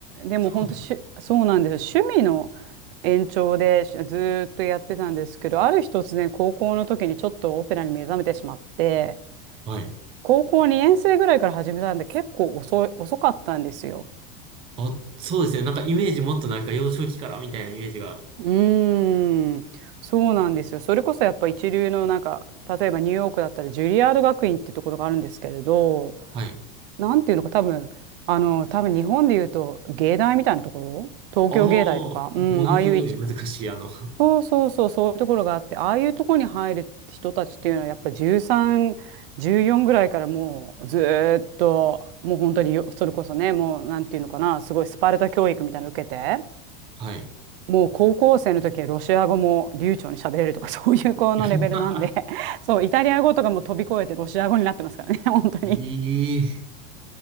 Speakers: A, on the right; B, on the right.
A: でも、
B: そうなの
A: 本当しゅ、そうなんですよ。趣味の延長でしずーっとやってたんですけど、ある日突然、高校の時にちょっとオペラに目覚めてしまって、
B: はい。
A: 高校2年生ぐらいから始めたんで、結構遅い、遅かったんですよ。
B: あ、そうですね。なんかイメージもっとなんか幼少期からみたいなイメージが。
A: うーん、そうなんですよ。それこそやっぱ一流のなんか、例えばニューヨークだったらジュリアード学院ってところがあるんですけれど、
B: はい。
A: なんていうのか多分、あの、多分日本で言うと芸大みたいなところ、東京芸大とか、
B: ああ、ものすごい難しい、
A: うん、ああいう一
B: あの、
A: そうそうそう、そういうところがあって、ああいうところに入る人たちっていうのは、やっぱ13、14ぐらいからもうずーっと、もう本当によそれこそね、もうなんていうのかな、すごいスパルタ教育みたいなの受けて、
B: はい。
A: もう高校生の時はロシア語も流暢に喋れるとか、<laughs> そういう子のレベルなんで、
B: <laughs>
A: そう、イタリア語とかも飛び越えてロシア語になってますからね、本当に。
B: ええ